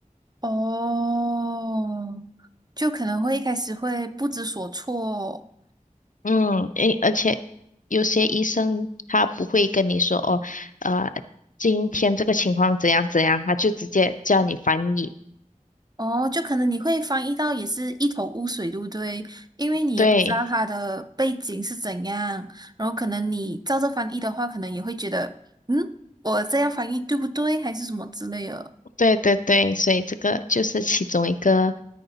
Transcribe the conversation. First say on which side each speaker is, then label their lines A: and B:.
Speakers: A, on the right (about 30°); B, on the left (about 65°).
A: 哦，就可能会一开始会不知所措，
B: 嗯，诶，而且有些医生他不会跟你说哦，呃，今天这个情况怎样怎样，他就直接叫你翻译。
A: 哦，就可能你会翻译到也是一头雾水，对不对？因为你也不知道它的背景是怎样，
B: 对，
A: 然后可能你照着翻译的话，可能也会觉得，嗯，我这样翻译对不对，还是什么之类的。
B: 对对对，所以这个就是其中一个